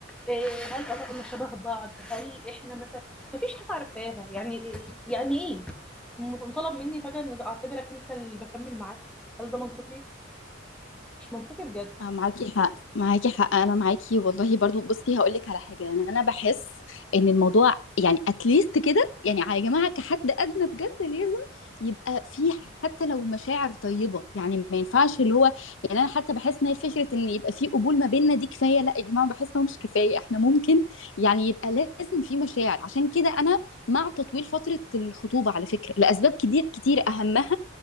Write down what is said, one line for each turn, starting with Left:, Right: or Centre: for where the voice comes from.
Centre: إيه هل آرائنا شبه بعض هل احنا مثلا مفيش حاجه عارفاها يعني إيه- يعني ايه م- مطالب مني فجاه ان اعتبرك انت اللي بكمل معاك هل ده منطقي مش منطقي بجد
Left: آه، معاكي حق معاكي حق انا معاكي والله برضو بصي هقول لك على حاجه يعني انا بحس ان الموضوع يعني اتليست كده يعني يا جماعه كحد ادنى بجد لازم يبقى في حتى لو مشاعر طيبه يعني ما ينفعش اللي هو يعني انا حتى بحس ان هي فكره ان يبقى في قبول ما بيننا دي كفايه لا يا جماعه بحس انه مش كفايه احنا ممكن يعني يبقى لازم في مشاعر عشان كده انا مع تطويل فتره الخطوبه على فكره لاسباب كتير كتير اهمها